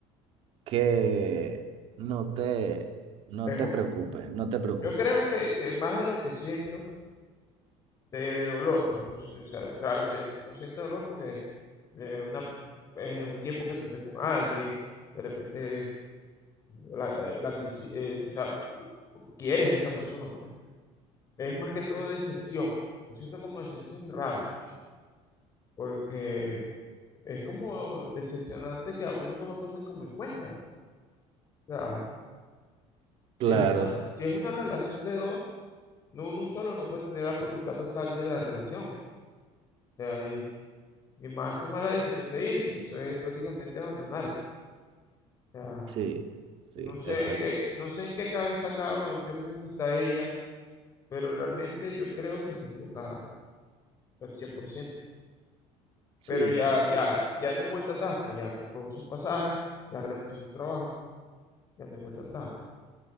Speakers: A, on the right; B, on the left.
A: que no te, no
B: Es
A: te
B: u-
A: preocupes, no te preocupes.
B: yo creo que, que más de lo que siento de, de dolor, pues no sé, o sea, claro, si uno siente dolor porque es una, es un tiempo que estuviste con alguien, de repente la, eh, la quisi- eh, o sea, quieres a esa persona, pues. Es más que todo decepción. Yo siento como decepción y rabia, chamo, porque es como decepcionante que a uno no lo tomen como en cuenta. O sea, Si
A: Claro,
B: es una, si es una relación de dos, no uno solo no puede tener la potestad total de la relación. O sea, y, y más tomar la decisión de irse, eso es prácticamente abandonarte. O sea,
A: sí, sí,
B: no sé
A: exacto.
B: en qué, no sé en qué cabeza acá o en qué mundo está ella, pero realmente yo creo que está equivocada, al cien por ciento
A: Sí,
B: Pero ya,
A: sí,
B: ya, ya no hay vuelta atrás, pues ya compró su pasaje, ya renunció a su trabajo, ya no hay vuelta atrás.